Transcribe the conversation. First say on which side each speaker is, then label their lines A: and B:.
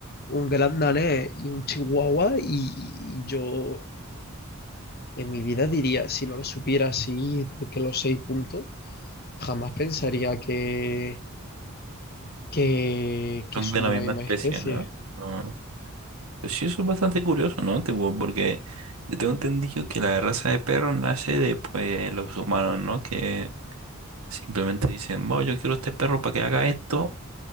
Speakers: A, on the left; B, on the right.
A: un gran danés y un chihuahua y, y yo en mi vida diría, si no lo supiera así, porque los seis puntos, jamás pensaría que, que, que
B: son
A: son
B: de la
A: de
B: misma
A: la misma
B: especie,
A: especie.
B: ¿no? Ah. Pues sí, eso es bastante curioso, ¿no? Tipo, porque yo tengo entendido que la raza de perro nace de pues, los humanos, ¿no? Que simplemente dicen, bueno, yo quiero este perro para que haga esto,